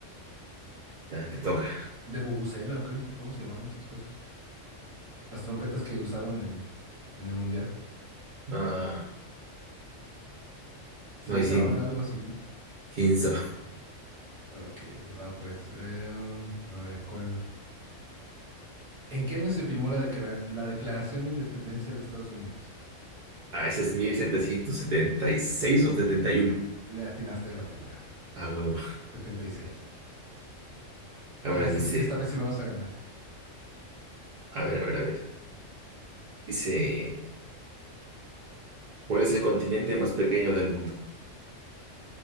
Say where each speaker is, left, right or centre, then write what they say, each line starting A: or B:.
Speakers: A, on the right; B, on the right.
A: Ah, te toca.
B: ¿De bubucela o qué? ¿Cómo se llamaban esas cosas? Las trompetas que usaban en, en el mundial.
A: Ah,
B: Sí,
A: Noisín,
B: se llamaban algo así, ¿no?
A: 15.
B: Ok, va pues. eh, a ver, ¿cuál? ¿En qué año se firmó la, decra- la Declaración de Independencia de Estados Unidos?
A: Ah, ese es mil setecientos setenta y seis o setenta y uno
B: Le atinaste la primera.
A: Ah, huevo.
B: setenta y seis.
A: Ahora
B: Ah, en esta,
A: dice,
B: sí- esta vez sí me vas a ganar.
A: a ver, a ver, a ver. Dice, ¿cuál es el continente más pequeño del mundo?